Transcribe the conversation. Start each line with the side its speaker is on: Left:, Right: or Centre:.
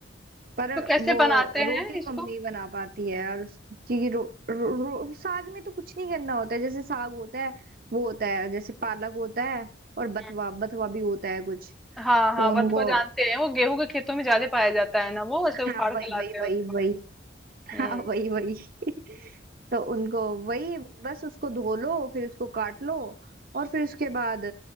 Right: पर
Centre: तो कैसे
Right: वो
Centre: बनाते
Right: रोटी
Centre: हैं इसको
Right: मम्मी बना पाती है और क्योंकि रो, रो, रो, साग में तो कुछ नहीं करना होता है जैसे साग होता है वो होता है जैसे पालक होता है और बथवा
Centre: हम्म।
Right: बथवा भी होता है कुछ
Centre: हाँ हाँ
Right: तो उनको
Centre: बथुआ जानते हैं वो गेहूं के खेतों में ज्यादा पाया जाता है ना वो ऐसे उखाड़
Right: हाँ
Centre: के
Right: वही
Centre: लाते
Right: वही
Centre: हैं
Right: वही
Centre: उसको
Right: वही
Centre: हम्म
Right: हाँ वही वही <laughs> तो उनको वही बस उसको धो लो फिर उसको काट लो और फिर उसके बाद